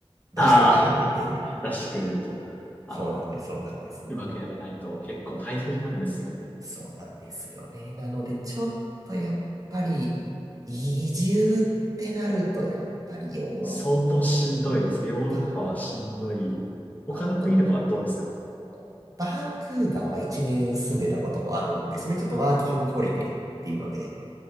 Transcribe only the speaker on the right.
出してくれるっていう。
そうなんです、そうなんです。
そうなんですよね。なので、ちょっとやっぱり、移住ってなると、やっぱりヨーロ
ッパ
まあと、バンクーバーは1年住んでたことあるんですね。ちょっとワーキングホリデーっていうので、